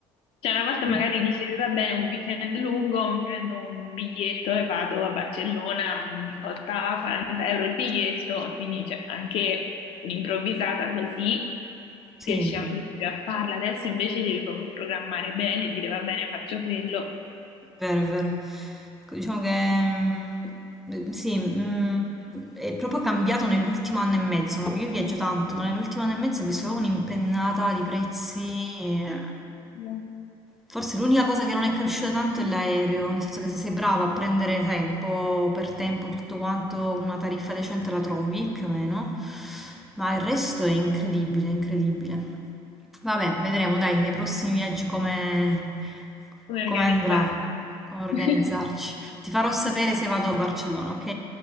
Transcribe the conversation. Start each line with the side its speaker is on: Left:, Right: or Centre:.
Left: Cioè una volta
Centre: Mm.
Left: magari dicevi, va bene, un weekend lungo, mi prendo un biglietto e vado a Barcellona, mi costa 40 euro il biglietto, quindi cioè, anche un'improvvisata così
Centre: sì.
Left: riesci a, riesci a farla. Adesso invece devi proprio programmare bene, dire va bene, faccio quello.
Centre: È vero, è vero. Ecco, Diciamo che mm, sì, mm, è proprio cambiato nell'ultimo anno e mezzo. no? Io viaggio tanto, ma nell'ultimo anno e mezzo ho visto proprio un'impennata di prezzi. eh.
Left: Come
Centre: Forse l'unica cosa che non è cresciuta tanto è l'aereo, nel senso che se sei brava a prendere tempo per tempo tutto quanto, una tariffa decente la trovi più o meno, ma il resto è incredibile, incredibile. Vabbè, vedremo dai nei prossimi viaggi come,
Left: organizzare?
Centre: come andrà, come organizzarci.
Left: <laughs>
Centre: Ti farò sapere se vado a Barcellona, ok?